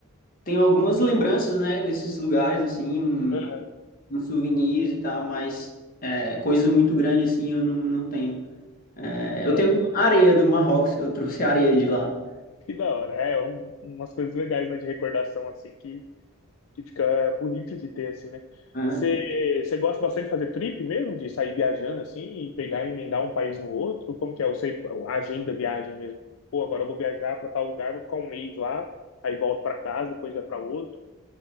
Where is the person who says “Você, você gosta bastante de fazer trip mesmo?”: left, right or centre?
Left